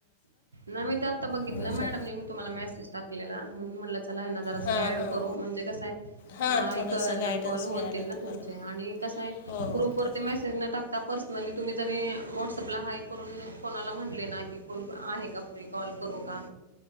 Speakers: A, on the right; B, on the left.
A: ना मी ते आता बघितलं.
B: अच्छा
A: मॅडमने तुम्हाला मेसेज टाकलेला म्हणून म्हटलं त्याला ये ना जरा असं
B: हां
A: गाईड
B: हां
A: करू. म्हणजे कसं आहे
B: हां
A: तुम्हाला ही
B: थोडंसं
A: कळेल
B: गायडन्स
A: ना कॉल होतील
B: मिळालं
A: ना
B: तर
A: तुमचे
B: बरं हो
A: आणि कस आहे
B: हो
A: ग्रुप वरती
B: तेच
A: मेस् न टाकता पर्सनली तुम्ही जरी वटसअपला हाय करून कोना- म्हटले ना की कोणी आहे का फ्री? कॉल करू का?